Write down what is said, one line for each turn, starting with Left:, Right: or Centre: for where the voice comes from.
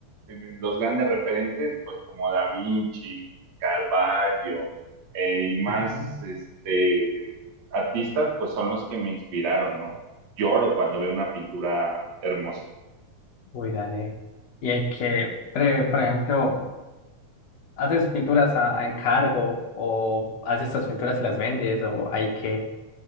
Right: eh, me- los grandes referentes, pues como Da Vinci, Caravaggio, eh, y más
Left: Ujú.
Right: este, artistas, pues son los que me inspiraron, ¿no? Lloro cuando veo una pintura hermosa.
Left: Uy, dale. Y hay que, pre- por ejemplo, ¿haces pinturas a, a encargo o haces tus pinturas y las vendes o hay que...